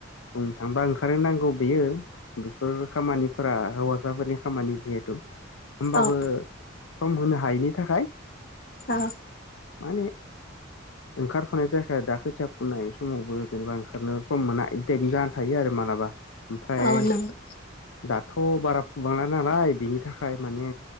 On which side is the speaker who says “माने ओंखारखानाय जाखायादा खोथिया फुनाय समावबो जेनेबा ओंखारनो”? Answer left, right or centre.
Left